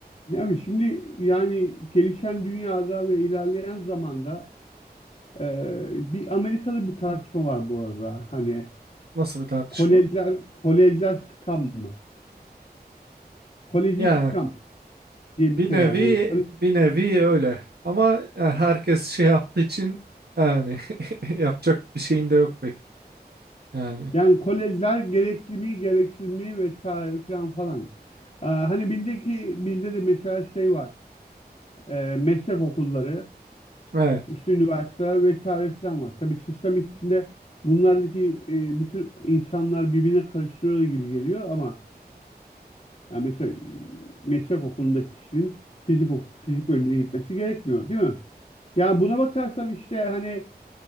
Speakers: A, on the left (about 40°); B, on the right (about 70°).
A: Yani şimdi yani gelişen dünyada ve ilerleyen zamanda e, bir Amerika'da bir tartışma var bu arada. Hani
B: Nasıl bir tartışma?
A: kolejler kolejler scam mı? Koleji
B: Yani
A: scam diye
B: bir
A: bir şey
B: nevi
A: var. Yani kole-
B: bir nevi öyle. Ama yani herkes şey yaptığı için yani <laughs> yapacak bir şeyin de yok pek. Yani
A: yani kolejler gerekli mi, gereksiz mi vesaire falan falan. Aa, hani bildi ki bildi de mesela şey var. E, meslek okulları,
B: evet.
A: işte üniversiteler vesaire falan var. Tabii sistem içinde bunlardaki e, bütün insanlar birbirine karıştırıyor gibi geliyor ama Yani mesela e, meslek okulundaki kişinin fizik oku- fizik bölümüne gitmesi gerekmiyor, değil mi? Ya buna bakarsan işte hani